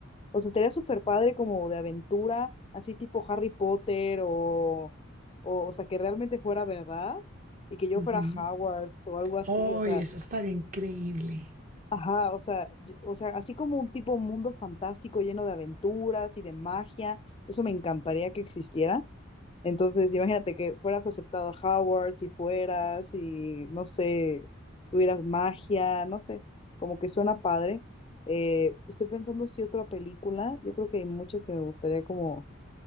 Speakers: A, on the left; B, on the right.
A: O sea, estaría súper padre como de aventura, así tipo Harry Potter o, o, o sea, que realmente fuera verdad y que yo
B: Ujú,
A: fuera
B: ujú.
A: Hogwarts o algo así.
B: Oh,
A: O sea,
B: eso estaría increíble.
A: Ajá, o sea, yo- o sea, así como un tipo mundo fantástico lleno de aventuras y de magia, eso me encantaría que existiera. Entonces, imagínate que fueras aceptado a Howard, si fueras, y no sé, tuvieras magia, no sé, como que suena padre. Eh, estoy pensando si otra película, yo creo que hay muchas que me gustaría como